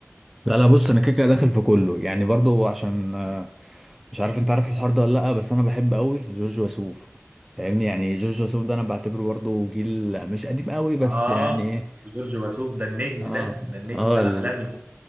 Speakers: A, in the centre; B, on the right (about 35°).
A: لا لا بص انا كده كده داخل في كله يعني برضو عشان آه، مش عارف انت عارف الحوار ده ولا لا بس انا بحب قوي جورج وسوف فاهمني يعني جورج وسوف ده انا بعتبره برضو جيل مش قديم قوي بس
B: اه
A: يعني ايه
B: جورج وسوف ده النجم
A: اه
B: ده ده النجم
A: اه
B: ده
A: ال-
B: العالمي ده